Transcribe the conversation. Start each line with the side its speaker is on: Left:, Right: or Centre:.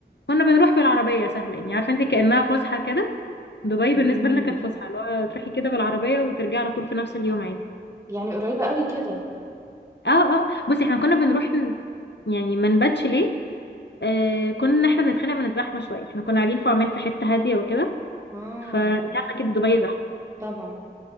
Left: كنا بنروح بالعربية سهلة يعني عارفة انت كأنها فسحة كده دبي بالنسبة
Right: مم.
Left: لنا كانت فسحة اللي هو تروحي كده بالعربية وترجعي على طول في نفس اليوم عادي
Right: يعني قريبة قوي كده
Left: اه اه بصي احنا كنا بنروح ن- يعني ما نباتش ليه آه كنا احنا بنتخانق من الزحمة شوية احنا كنا قاعدين في عمان في حتة هادية وكده
Right: اه
Left: فانت عارفة اكيد دبي زحمة
Right: طبعا